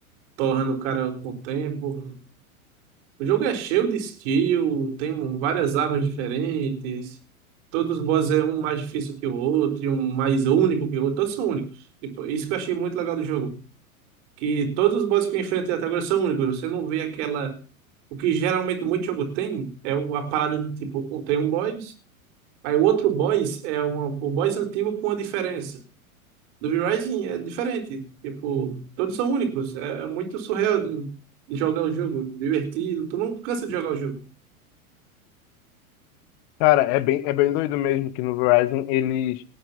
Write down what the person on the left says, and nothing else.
Cara, é bem, é bem doido mesmo que no Verizon eles